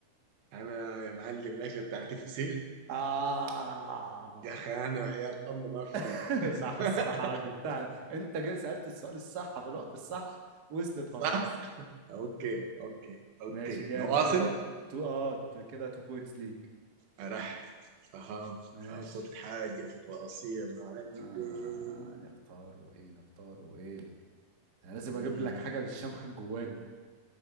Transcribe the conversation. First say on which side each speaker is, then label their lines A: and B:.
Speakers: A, on the right; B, on the right.
A: انا يا معلم الاكله بتاعتي فسيخ
B: اه
A: يا اخي انا وحياة الله ما في زيي
B: <laughs>
A: <laughs>
B: صح الصراحه آه، جبتها انت جا- سالت السؤال الصح في الوقت الصح وصلت خلاص
A: صح؟ اوكي اوكي اوكي
B: ماشي جامد
A: نواصل
B: كده تو اه كده تو بوينتس ليك
A: راح اها
B: ماشي
A: اخذ حاجة في راسي يا معلم
B: آه نختاره ايه نختاره ايه انا لازم
A: مم،
B: اجيب لك حاجه بالشمخ الجواني